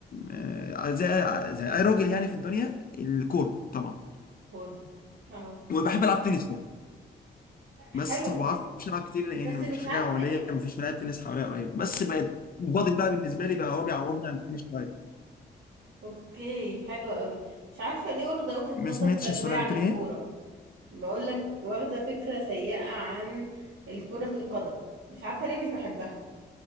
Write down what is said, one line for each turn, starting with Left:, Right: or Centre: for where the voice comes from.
Left: آه، زي زي اي راجل يعني في الدنيا الكوره طبعا
Right: كورة اه
Left: وبحب العب تنس برضه
Right: حلوة
Left: بس ما
Right: التنس
Left: بعرفش العب كتير لان
Right: بس
Left: مفيش
Right: مش
Left: حاجه
Right: عارفة
Left: حواليا
Right: ايه
Left: مفيش ملاعب تنس حواليا قريبه بس بقت بادل بقى بالنسبه لي بقى هو بيعوضني عن التنس شويه
Right: اوكي حلوة قوي مش عارفة ليه واخدة وجهة
Left: ما
Right: نظر
Left: سمعتش
Right: سلبية
Left: السؤال
Right: عن
Left: بتقولي
Right: الكورة
Left: ايه؟
Right: بقول لك واخده فكره سيئه عن الكره القدم مش عارفه ليه مش بحبها